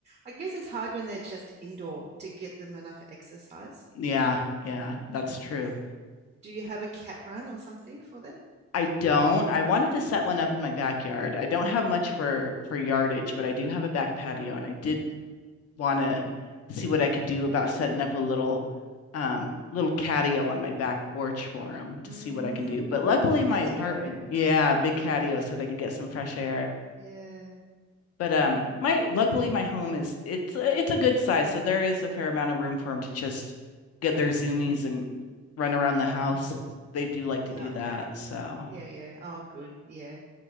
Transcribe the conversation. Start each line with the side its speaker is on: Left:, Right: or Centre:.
Right: I guess it's hard when they're just indoor to get them enough exercise.
Left: Yeah, yeah, that's
Right: Mm.
Left: true.
Right: Do you have a cat run or something for them?
Left: I don't. I wanted to set one up in my backyard. I don't have much for for yardage, but I do have a back patio, and I did want to see what I could do about setting up a little um little catio on my back porch for them to
Right: Mm,
Left: see what I can do. But luckily
Right: catio.
Left: my apartment, yeah, big catio so they could get some fresh air.
Right: Yeah.
Left: But um my luckily my home is it's it's a good size, so there is a fair amount of room for them to just get their zoomies
Right: Mm,
Left: and run around the house.
Right: mm.
Left: They do like to
Right: No,
Left: do
Right: okay.
Left: that. So,
Right: Yeah, yeah. Oh, good. Yeah.